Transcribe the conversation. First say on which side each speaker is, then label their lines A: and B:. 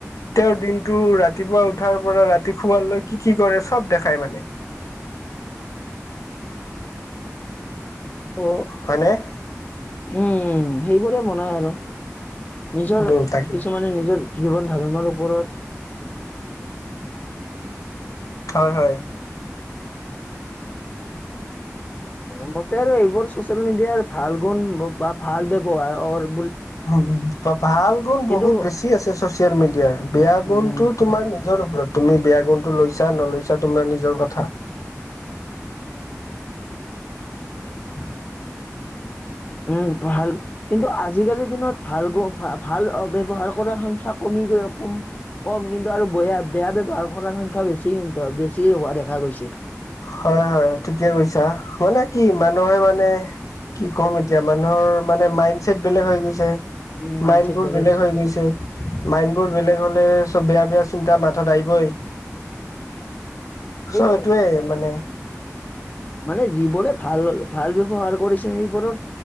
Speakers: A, on the left; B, on the left.
A: তেওঁৰ দিনটো ৰাতিপুৱা উঠাৰ পৰা ৰাতি শুৱাৰ লৈ কি কি কৰে চব দেখায় মানে?
B: উ অ
A: হয়নে
B: উম সেইবোৰে বনাই আৰু নিজৰ
A: উম তাকে
B: কিছুমানে নিজৰ জীৱন ধাৰণৰ ওপৰত
A: হয় হয়।
B: মোৰ মতে আৰু এইবোৰ ছচিয়েল মিডিয়াৰ ভাল গুণ বা ভাল ব্যৱহাৰৰ
A: উ ভাল গুণ
B: কিন্তু
A: বহুত বেছি আছে চচিয়েল মিডিয়াৰ বেয়া
B: উম,
A: গুণটো তোমাৰ নিজৰ ওপৰত তুমি বেয়া গুণটো লৈছা নলৈছা তোমাৰ নিজৰ কথা। উম।
B: উম ভাল কিন্তু আজিকালিৰ দিনত ভাল ভাল ব্যৱহাৰ কৰাৰ সংখ্যা কমি গৈ কম- কম কিন্তু আৰু বেয়া বেয়া ব্যৱহাৰ কৰাৰ সংখ্যা বেছি কিন্তু বেছি হোৱা দেখা গৈছে।
A: হয় হয় ঠিকে কৈছা মানে কি মানুহে মানে- কি ক'ম এতিয়া মানুহৰ মানে মাইড ছেটচ বেলেগ হৈ গৈছে
B: উম মাইণ্ডছেট
A: মাইণ্ড বোৰ বেলেগ
B: হয়।
A: হৈ গৈছে মাইণ্ড বোৰ বেলেগ হলে চব বেয়া বেয়া চিন্তা মাথাত আহিবই
B: সেইবোৰ
A: চব এইটোয়ে। মানে
B: মে যিবোৰে ভাল ভাল ব্যৱহাৰ কৰিছে সেইবোৰত